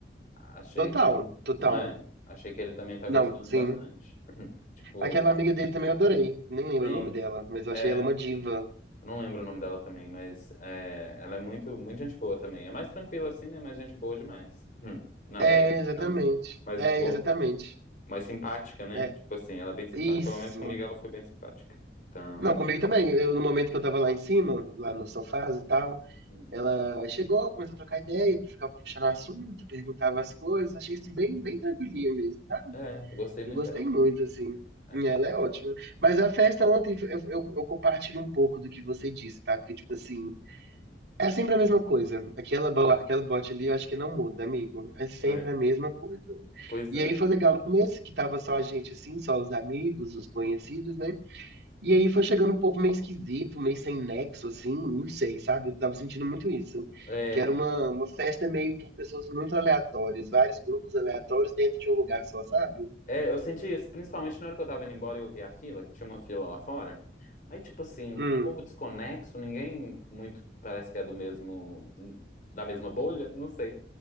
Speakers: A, on the left; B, on the right.
A: Achei
B: Total,
A: que ele,
B: total.
A: não é? Achei que ele também tá gostando
B: Não, sim.
A: bastante. <clears throat> Tipo,
B: Aquela amiga dele também eu adorei. Nem lembro
A: sim,
B: o nome dela, mas eu
A: é,
B: achei ela uma diva.
A: eu não lembro o nome dela também, mas é, ela é muito, muito gente boa também. É mais tranquila assim, né? Mas gente boa demais. Hum, nada
B: É,
A: aí,
B: exatamente.
A: então. Mas
B: É,
A: boa,
B: exatamente.
A: mais simpática, né?
B: É,
A: Tipo assim, ela é bem simpática.
B: isso.
A: Pelo menos comigo ela foi bem simpática. Então,
B: Não, comigo também. Eu, no momento que eu tava lá em cima, lá no sofá e tal,
A: hum,
B: ela chegou, começou a trocar ideia, ficava puxando assunto, perguntava as coisas. Achei isso bem, bem tranquilinha mesmo. tá?
A: é, eu gostei muito
B: Eu gostei
A: dela.
B: muito, assim.
A: É,
B: E ela é ótima. Mas a festa ontem, eu, eu, eu compartilho um pouco do que você disse, tá? Porque, tipo assim, é sempre a mesma coisa. Aquela, bo- aquela bote ali, eu acho que não muda, amigo. É sempre
A: é,
B: a mesma coisa.
A: pois
B: E
A: é.
B: aí foi legal no começo, que tava só a gente, assim, só os amigos, os conhecidos, né? E aí foi chegando um povo meio esquisito, meio sem nexo, assim, não sei, sabe? Eu tava sentindo muito isso.
A: É,
B: Que era uma, uma festa meio com pessoas muito aleatórias, vários grupos aleatórios dentro de um lugar só, sabe?
A: É, eu senti isso, principalmente na hora que eu tava indo embora e eu vi a fila, que tinha uma fila lá fora. Aí, tipo assim, um
B: Hum.
A: povo desconexo, ninguém muito parece que é do mesmo, da mesma bolha, não sei.